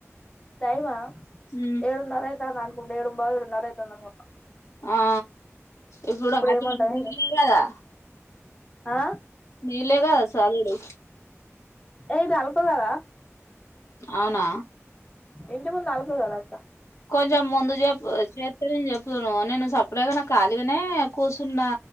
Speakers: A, on the left; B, on the left.
A: టైమా
B: ఉమ్
A: ఏడున్నర అయితాంది అన్ ఇప్పుడు ఏడుంబావ్ ఏడున్నర అయితాంది అనుకుంట
B: ఆ ఇప్పుడు అటీ
A: ఏమంటావు ఏంది
B: నీళ్లే కదా
A: ఆ
B: నీళ్లే కదా సాలేడు
A: ఏది అల్క కదా
B: అవునా
A: ఇంటి ముందు అల్కలేదా అక్క
B: కొంచం ముందు జప్ చేత్తరి నే చ చేస్తును నేను సపరేట్గా నా కాలీగనే కూర్చున్నా